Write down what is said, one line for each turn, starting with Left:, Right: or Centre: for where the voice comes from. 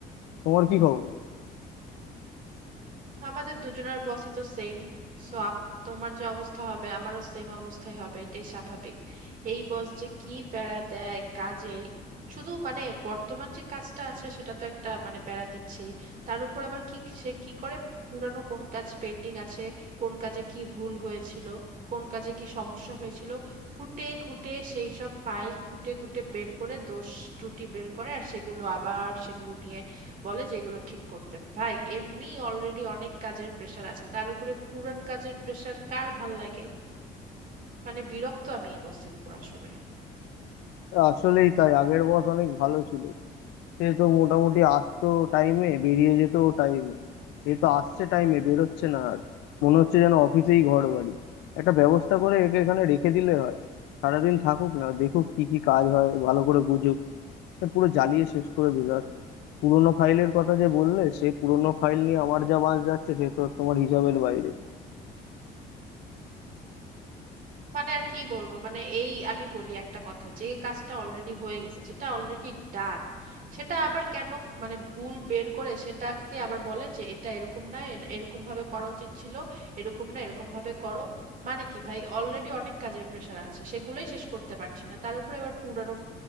Left: তোমার কি খবর
Right: আমাদের দুজনের বসই তো সেম সো আপ তোমার যা অবস্থা হবে আমারও সেম অবস্থাই হবে এটাই স্বাভাবিক এই বস যে কি প্যারা দেয় কাজের শুধু মানে বর্তমান যে কাজটা আছে সেটা তো একটা মানে প্যারা দিচ্ছেই তার উপর আবার কি সে কি করে পুরানো কোন কাজ পেন্ডিং আছে কোন কাজে কি ভুল হয়েছিল কোন কাজে কি সমস্যা হয়েছিল খুঁটে খুঁটে সেই সব ফাইল খুঁটে খুঁটে বের করে দোষ ত্রুটি বের করে আর সেগুলো আবার সেগুলো নিয়ে বলে যে এগুলো ঠিক করতে ভাই এমনি অলরেডি অনেক কাজের প্রেসার আছে তার উপরে পুরান কাজের প্রেসার কার ভাল লাগে মানে বিরক্ত আমি এই বসের উপর আসলে
Left: আসলেই তাই আগের বস অনেক ভালো ছিল সে তো মোটামুটি আসতো টাইমে বেরিয়ে যেত টাইমে এ তো আসছে টাইমে বেরোচ্ছে না আর মনে হচ্ছে যেন অফিসেই ঘর বাড়ি একটা ব্যবস্থা করে একে এখানে রেখে দিলে হয় সারাদিন থাকুক না দেখুক কি কি কাজ হয় ভালো করে বুঝুক এ পুরো জ্বালিয়ে শেষ করে দিল আর কি। পুরোনো ফাইলের কথা যে বললে সে পুরোনো ফাইল নিয়ে আমার যা বাঁশ যাচ্ছে সে তো তোমার হিসাবের বাইরে
Right: মানে আর কি বলবো মানে এই আমি বলি একটা কথা যে কাজটা অলরেডি হয়ে গেছে যেটা অলরেডি ডান সেটা আবার কেন মানে ভুল বের করে সেটাকে আবার বলে যে এটা এরকম না এ- এরকম ভাবে করা উচিত ছিল এরকম না এরকম ভাবে করো মানে কি ভাই অলরেডি অনেক কাজের প্রেশার আছে সেগুলোই শেষ করতে পারছি না তার উপরে আবার পুরানো